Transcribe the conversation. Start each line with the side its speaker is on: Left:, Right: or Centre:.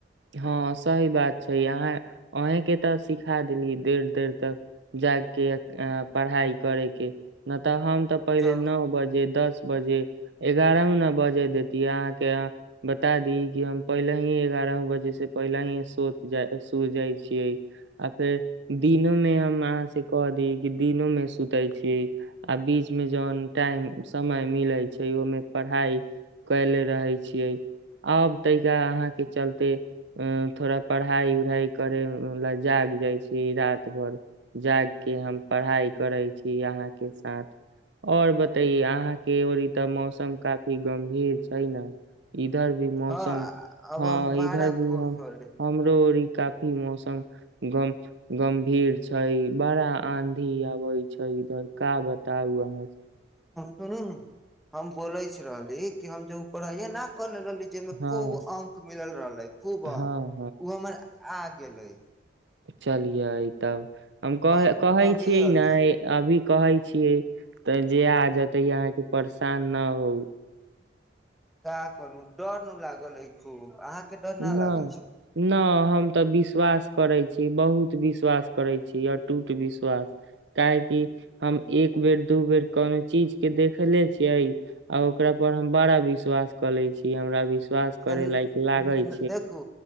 Right: हँ सही बात छैइ अहाँ अहें के ते सीखा देलियै देर देर तक जागि के पढ़ाई करै के न तऽ हम तऽ पहिले
Centre: जग
Right: नौ बजे दस बजे एगारहमे न बजे देत की अहाँके अहाँ बता दी कि हम पहिलही एगारह जैसे पहिलही सूत जाइ सूत जाइ छियै आ फेर दिनो मे हम अहाँ से कह दी कि दिनो में सुतै छी आ बीच में जहन टाइम समय मिले छैइ ओहिमे पढ़ाई आइ कयले रहै छियै आब जा अहाँ के चलते ह थोड़ा पढ़ाई उढ़ाई करय ला जाग जाय छी रात भरि जाग के हम पढ़ाई करैइ छी आहां के सांथ और बताइयै अहां एबरी तऽ मौसम काफी गंभीर छैइ ना इधर भी मौसम
Centre: हँ अब
Right: ह
Centre: हम बड़ा
Right: ई इधर भी
Centre: खुश
Right: हम
Centre: होली
Right: हमरो ओरी काफी मौसम गम गम्भीर छै बड़ा आंधी आबै छै इधर का बताउ अहाँ
Centre: सुनू‌ नू हम बोलैइछ रहली कि हम जब पढ़ैये ना रहली जइमे
Right: हँ
Centre: खूब अंक मिलल रहलै खूब
Right: हँ
Centre: अंक ओ हमर आ गेलै
Right: चलि यै तब हम कह
Centre: अब
Right: कहै
Centre: अभी
Right: छियै
Centre: अलै
Right: नै अभी कहै छियै तऽ जे आ जेतै अहाँके परशान न होउ
Centre: का करू डर नू लागल है खूब अहाँके डर न
Right: नहि
Centre: लागै छै
Right: नहि हम तऽ विश्वास करै छी बहुत विश्वास करै छी अटूट विश्वास काहेकि हम एक बेर दू बेर कोनो चीज के देखेले छियै आ ओकरा पर हम बड़ा विश्वास कऽ ले छियै ई हमरा विश् श्वास करे
Centre: तऽ
Right: लायक लागैत
Centre: देखू